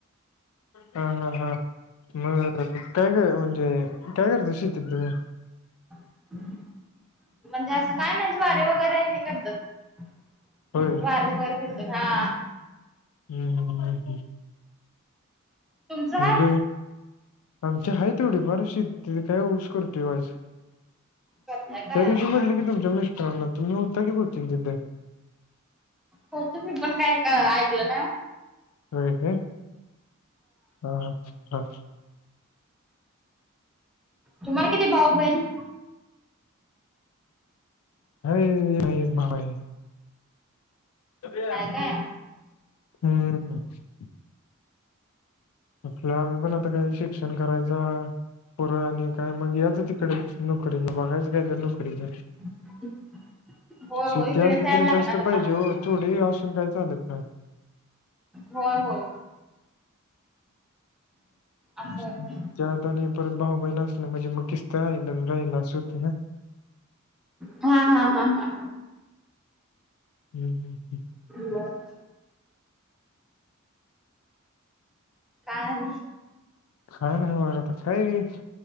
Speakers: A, on the left (about 80°); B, in the centre.
A: हा हा हा मग काय ग म्हणजे काय करता शेतीत तुम्ही
B: <inaudible> म्हणजे असं काय म ज्वारी वगैरे हे करतात
A: होय
B: ज्वारी वर फिरवतात हा
A: हू हू हू हू
B: तुमचं
A: मग
B: हाय
A: आमची हाय थोडीफार शेत तेच काय ऊस करतोय वाईज
B: करताय काय
A: त्या दिवशी म्हटलं
B: हा
A: की तुमच्या मिस्टरांना तुम्ही होता की बहुतेक तिथ
B: हो तुम्ही पण काय ऐकलं नाही ओ.
A: होय काय हा हा
B: तुम्हाला किती भाऊ बहीण
A: अरे अंबाबाई सुऱ्या
B: हाय काय
A: हू हू आपल्या आम्ही पण आता काय शिक्षण करायच पुरं आणि काय मग याच तिकड नोकरीला बघायचं काय तर नोकरीच
B: <inaudible> होय होय
A: शेती
B: इकडेच
A: असली
B: यायला
A: तरी,
B: लागणार
A: जास्त
B: आता
A: पाहिजे हो थोडी असून काही चालत नाही.
B: होय होय. असं
A: त्यात आणि परत भाऊ बहिण असल्या म्हणजे मग किसत राहिलं राहिल असं होते ना.
B: हा हा हा हा
A: हम्म हम्म
B: <inaudible> काय अन्
A: काय ना बघाता काय <inaudible>